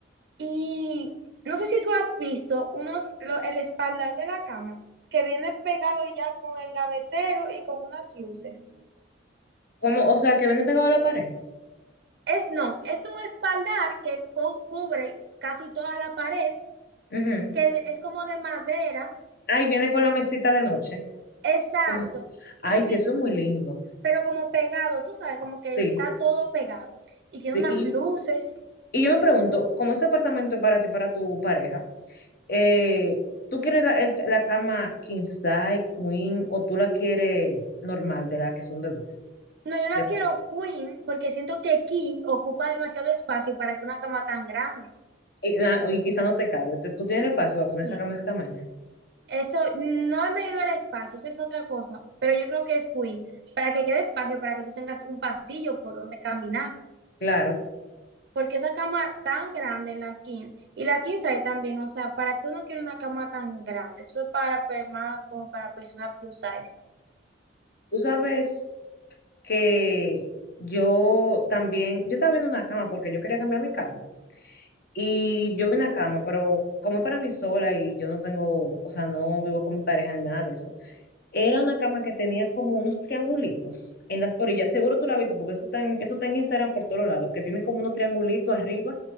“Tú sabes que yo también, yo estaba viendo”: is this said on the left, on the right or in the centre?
Left